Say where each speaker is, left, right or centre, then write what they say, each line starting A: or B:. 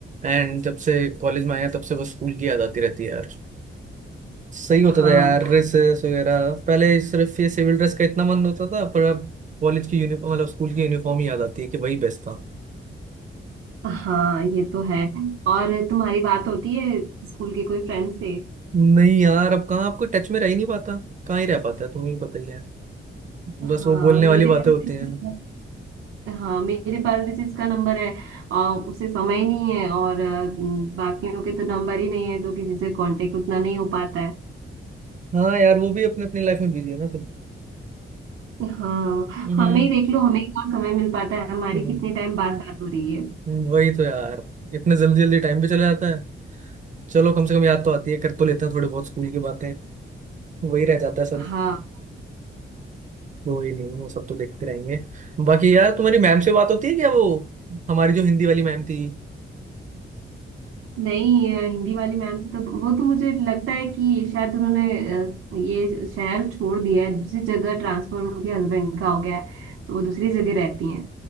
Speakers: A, on the right; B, on the right.
A: एंड जब से कॉलेज में आया तब से बस स्कूल की याद आती रहती है यार सही होता
B: हाँ
A: था यार ड्रेसेस वगैरह पहले सिर्फ ये सिविल ड्रेस का इतना मन होता था पर अब कॉलेज की यूनिफॉर्म मतलब स्कूल की यूनिफॉर्म ही याद आती है कि वही बेस्ट था
B: हाँ ये तो है और तुम्हारी बात होती है स्कूल के कोई फ्रेंड से
A: नहीं यार अब कहाँ आपको टच में रह ही नहीं पाता कहाँ ही रह पाता है तुम्हें भी पता ही है
B: हाँ
A: बस वो बोलने
B: मेरे
A: वाली बातें
B: पास
A: होती
B: भी
A: हैं
B: हाँ मेरे बायोलॉजिस्ट का नंबर है आ, उसे समय नहीं है और आ, बाकियों के तो नंबर ही नहीं है तो किसी से कांटेक्ट उतना नहीं हो पाता है
A: हाँ यार वो भी अपनी अपनी लाइफ में बिजी है ना सब
B: हाँ
A: हम्म
B: हमें ही देख लो हमें कहाँ समय मिल पाता है हमारी
A: हम्म,
B: कितने टाइम बाद बात हो रही है
A: वही तो यार इतने जल्दी जल्दी टाइम भी चला जाता है चलो कम से कम याद तो आती है कर तो लेते हैं थोड़ी बहुत स्कूल की बातें वही रह जाता है सब
B: हाँ
A: कोई नहीं वो सब तो देखते रहेंगे बाकी यार तुम्हारी मैम से बात होती है क्या वो हमारी जो हिंदी वाली मैम थी
B: नहीं अ, हिंदी वाली मैम से तो वो तो मुझे लगता है कि शायद उन्होंने अ, ये शहर छोड़ दिया है दूसरी जगह ट्रांसफर उनके हस्बैंड का हो गया है तो वो दूसरी जगह रहती हैं